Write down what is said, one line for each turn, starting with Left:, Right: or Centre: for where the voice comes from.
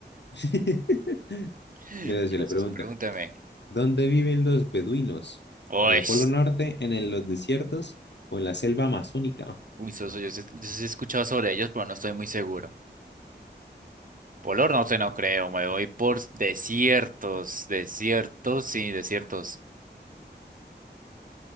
Left: <laughs>
Right: <laughs>
Left: Mira, socio,
Right: Pero
Left: le
Right: Soso,
Left: pregunto.
Right: pregúnteme.
Left: ¿Dónde viven los beduinos?
Right: Pues.
Left: ¿En el Polo Norte, en el- los desiertos o en la selva amazónica?
Right: Uy, Soso, yo sí yo sí he escuchado sobre ellos, pero no estoy muy seguro. Polar no sé, no creo. Me voy por desiertos. Desiertos, sí, desiertos.